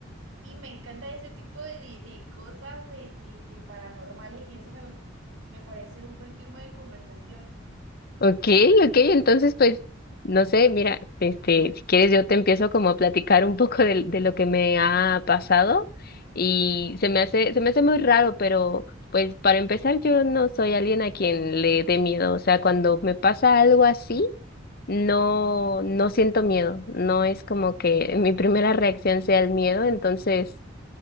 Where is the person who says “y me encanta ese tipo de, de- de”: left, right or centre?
Right